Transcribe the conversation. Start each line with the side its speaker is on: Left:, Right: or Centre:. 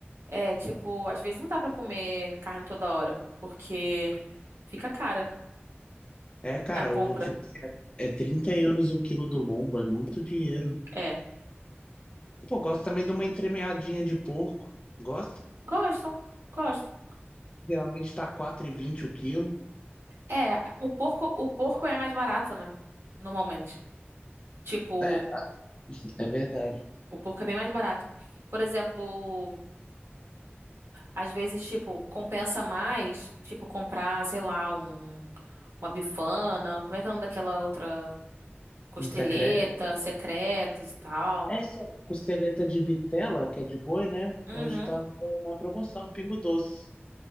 Right: É, tipo, às vezes não dá pra comer carne toda hora, porque fica cara
Left: É, cara,
Right: a compra.
Left: o tipo é é 30 euros o quilo do lombo, é muito dinheiro.
Right: É,
Left: Pô, gosto também de uma entremeadinha de porco. Gosto.
Right: gostam, gostam.
Left: Geralmente tá quatro e vinte o quilo.
Right: É, o porco, o porco é mais barato, né? Normalmente. Tipo,
Left: É, é verdade.
Right: o porco é bem mais barato. Por exemplo, às vezes, tipo, compensa mais, tipo, comprar, sei lá, um, uma bifana, como é que é o nome daquela outra? Costeleta,
Left: Um secreto.
Right: secretos e tal.
Left: Essa costeleta de vitela, que é de boi, né?
Right: Uhum.
Left: Hoje tava na promoção no Pingo Doce.